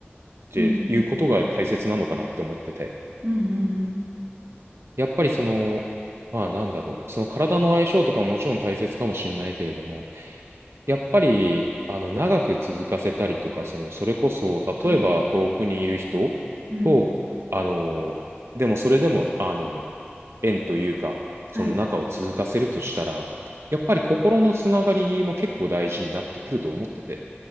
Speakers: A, on the right; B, on the right.
A: ていうことが大切なのかなって思ってて。
B: うん、うん、うん、うん、うん。
A: やっぱりその、まあなんだろう、その体の相性とかももちろん大切かもしれないけれども、やっぱり、あの、長く続かせたりとか、その、それこそ、例えば遠くにいる人と、
B: はい。うん、
A: あの、でもそれでも、あの、縁というか、その仲を続かせるとしたら、
B: はい。
A: やっぱり心のつながりも結構大事になってくると思ってて、